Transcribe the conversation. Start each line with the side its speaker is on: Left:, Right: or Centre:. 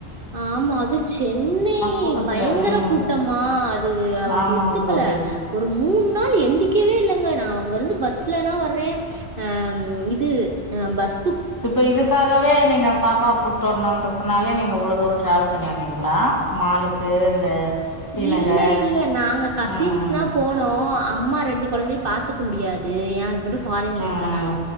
Right: ஆமா அது சென்னை
Left: கூட்டத்துல
Right: பையங்கர
Left: ம்
Right: கூட்டமா அது அவளுக்
Left: ஆமாங்க
Right: ஒத்துக்கல
Left: தோழி
Right: ஒரு மூண் நாள் எந்திக் எந்திக்கவே இல்லங்க நா அங்க இருந்து பஸ் இல்லனா வர்றே அ இது பஸ்
Left: இப்ப இதுக்காகவே நீங்க பாப்பா கூட்டு வரணுன்றதுனாலே நீங்க இவ்வளோ தூரோ டிராவல் பண்ணி வந்திங்களா மாளுக்கு இந்த தி
Right: இல்ல
Left: நகர்
Right: இல்ல நாங்க கசின்ஸ்லா
Left: ம்
Right: போனோ அப் அம்மா ரெண்டு கொழந்தையு பாத்துக்க முடியாது ஏ ஹஸ்பன்டுஃபாரின்ல
Left: ம்
Right: இருக்கனால